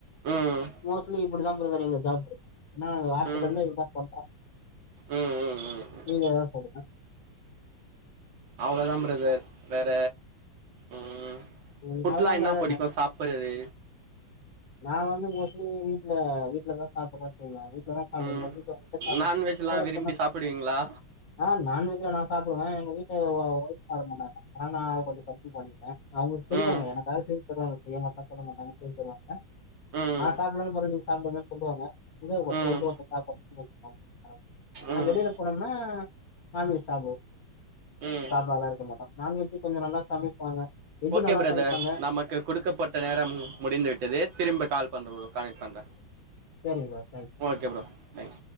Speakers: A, on the right; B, on the left.
A: ம்
B: மோஸ்லி இப்டி தா ப்ரதர் எங்க ஜாப்பு ஆனா ஹாஸ்பிட்டல்
A: ம்
B: தா இப்டிதா பண்ற
A: ம் ம்
B: நீங்க ஏதாச்சு சொல்லுங்க
A: அவ்ளதா ப்ரதர் வேற ம்
B: ம்
A: ஃபுட்லா
B: அவ்ளதா
A: என்ன
B: பிரதர்
A: பிடிக்கு சாப்பிட்றது
B: நா வந்து மோஸ்ட்லி வீட்ல வீட்லதா சாப்பிட தா செய்வ வீட்டுல
A: ம்
B: தா சாப்பிட
A: நான்வெஜ்லா விரும்பி சாப்புடுவீங்களா
B: <inaudible> ஆ நான் வெஜ்லா நா சாப்டுவ எங்க வீட்டு ஒய்ப் சாப்ட மாட்டாங்க ஆனா அவ கொஞ்சோ கம்ப் பண்ணிட்ட அவங்க செய்வாங்க
A: ம்
B: எனக்காக செய்து தருவாங்க செய்ய மாட்டேன் சொல்ல மாட்டாங்க செய் தருவாங்க
A: ம்
B: நா சாப்டலனாலு பரவால்ல நீங்க சாப்டுங்கன் சொல்லுவாங்க இங்க ஒருத்தர
A: ம்
B: விட்டு ஒருத்த சாப்பா <inaudible> ஆனா
A: ம்
B: வெளில போனம்னா நான்வெஜ் சாப்டுவோ
A: ம்
B: சாப்டாமலா இருக்க மாட்டோ நான் வெஜ்சு கொஞ்சோ நல்லா சமைப்பாங்க வெஜ்ஜு
A: ஓகே
B: நல்லா
A: ப்ரதர்
B: சமைப்பாங்க
A: நம்ம க்கு குடுக்கப்பட்ட நேரம் முடிந்துவிட்டது திரும்ப கால் பண்ற கணெக்ட் பண்ற
B: சேரிங்க ப்ரோ தேங்க்யூ
A: ஓகே ப்ரோ தங்